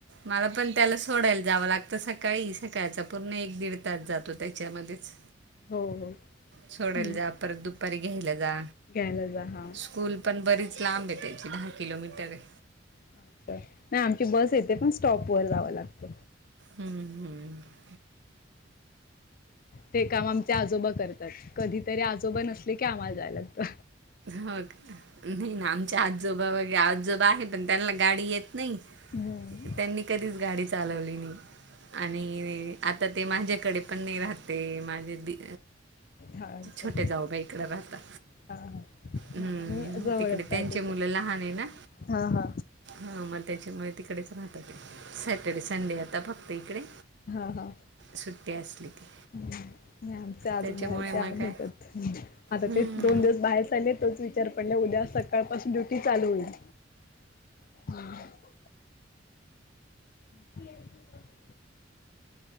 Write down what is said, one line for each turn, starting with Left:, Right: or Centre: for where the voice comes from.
Right: मला पण त्याला सोडायला जाव लागत सकाळी. सकाळच पूर्ण एक दीड तास जातो त्याच्यामध्येच.
Left: हो हो
Right: सोडयला
Left: हम्म.
Right: जा. परत दुपारी घ्यायला जा.
Left: घ्यायला जा हा
Right: स्कूल पण बरीच लांब आहे त्याची. दहा किलोमीटर आहे.
Left: अच्छा नाही आमची बस येते. पण स्टॉप वर जाव लागत.
Right: हम्म हम्म
Left: ते काम आमचे आजोबा करतात‌. कधीतरी आजोबा नसले की आम्हाला जाय लागत.
Right: हो का नाही ना आमच्या आजोबा वगैरे आजोबा आहे पण त्यांना गाडी येत नाही.
Left: <unintelligible>
Right: त्यांनी कधीच गाडी चालवली नाही. आणि आता ते माझ्याकडे पण नाही राहत. ते माझे दि
Left: हा अच्छा
Right: छोट्या जाऊबाईकड राहतात.
Left: हा हा
Right: हम्म
Left: ना आम्ही जवळच
Right: तिकडे त्यांचे
Left: आहे त्याच्या
Right: मुलं लहान आहे ना.
Left: हा हा.
Right: हा मग त्याच्यामुळे तिकडेच राहतात ते. सॅटर्डे संडे आता फक्त इकडे
Left: हा हा
Right: सुट्टी असली की
Left: नाही आमचे आजोबा
Right: त्याच्यामुळे
Left: आहे
Right: मग
Left: ते आम
Right: काय
Left: येतात. आता
Right: हम्म
Left: ते दोन दिवस बाहेर चाले‌. तोच विचार पडला उद्या सकाळपासून ड्युटी चालू होईल. <unintelligible> <unintelligible>